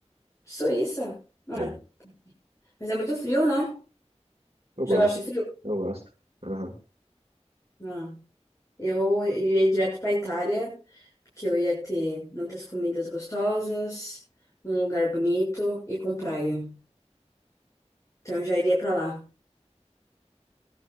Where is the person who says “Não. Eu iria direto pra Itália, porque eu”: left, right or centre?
Left